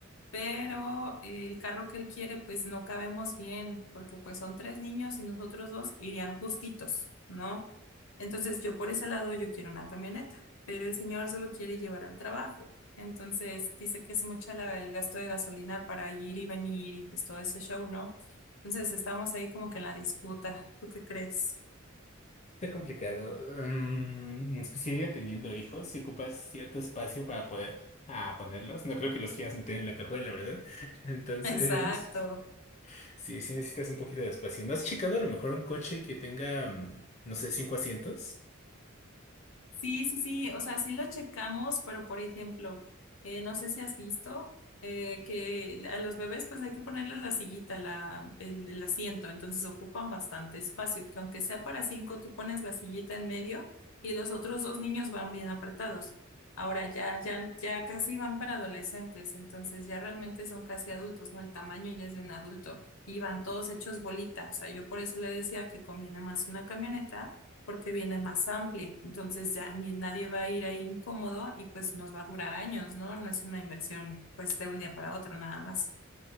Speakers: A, on the left (about 70°); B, on the left (about 35°).
A: pero el carro que él quiere, pues no cabemos bien, porque pues son tres niños y nosotros dos irían justitos, ¿no? Entonces yo por ese lado yo quiero una camioneta, pero el señor se lo quiere llevar al trabajo. Entonces dice que es mucha la- el gasto de gasolina para ir y venir y pues todo ese show, ¿no? Entonces estamos ahí como que en la disputa. ¿Tú qué crees?
B: Está complicado. Mm, especialmente teniendo hijos, si ocupas cierto espacio para poder ah, ponerlos, no creo que los quieras meter en la cajuela, ¿verdad? Entonces,
A: <laughs> Exacto.
B: sí, sí necesitas un poquito de espacio. ¿No has checado a lo mejor un coche que tenga, mm, no sé, cinco asientos?
A: Sí, sí, sí, o sea, sí lo checamos, pero por ejemplo, eh, no sé si has visto eh, que a los bebés pues hay que ponerles la sillita, la, el, el asiento, entonces ocupan bastante espacio, que aunque sea para cinco, tú pones la sillita en medio y los otros dos niños van bien apretados. Ahora ya, ya, ya casi van para adolescentes, entonces ya realmente son casi adultos, ¿no? El tamaño ya es de un adulto y van todos hechos bolitas, o sea, yo por eso le decía que conviene más una camioneta porque viene más amplia. Entonces ya ni nadie va a ir ahí incómodo y pues nos va a durar años, ¿no? No es una inversión pues de un día para otro nada más.